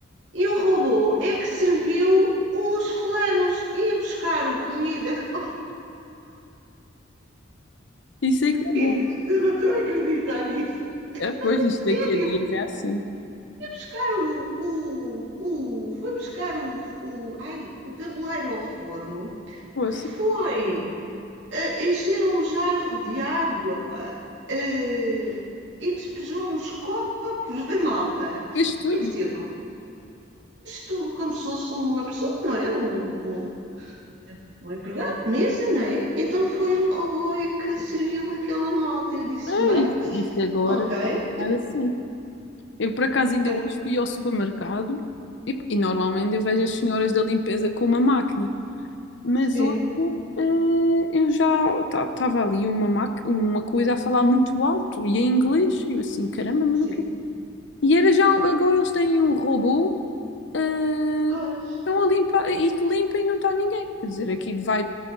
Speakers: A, on the right (about 65°); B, on the left (about 65°).
A: E o robô é que serviu os fulanos, ia buscar o comida. <laughs>
B: Isso é que é bom.
A: Eu disse, "Eu não estou a acreditar nisso.
B: É, pois,
A: Mas é
B: isto daqui
A: sério,
B: a dias é assim.
A: ia buscar o, o, o foi buscar o, o, ai, o tabuleiro ao forno,
B: Poxa,
A: foi eh, encheram um jarro de água eh, e despejaram uns copos de malta.
B: fez tudo.
A: Eu disse, eu tudo como se fosse uma pessoa, não é? Um, um, um empregado de mesa, não é? Então foi um robô é que serviu aquela malta. Eu disse,
B: É
A: bem,
B: isto, isto agora
A: ok,
B: está a ficar assim. Eu, por acaso, ainda
A: eh,
B: hoje fui ao supermercado e, e normalmente eu vejo as senhoras da limpeza com uma máquina, mas
A: sim,
B: hoje eh, eu já estava ali uma, maqui- uma coisa a falar muito alto e em inglês. E eu assim, caramba, mas
A: sim.
B: o que é e era já, um- agora eles têm um robô, ah,
A: Pois,
B: estão a limpar, e que limpa e não está ninguém. Quer dizer, aqui vai,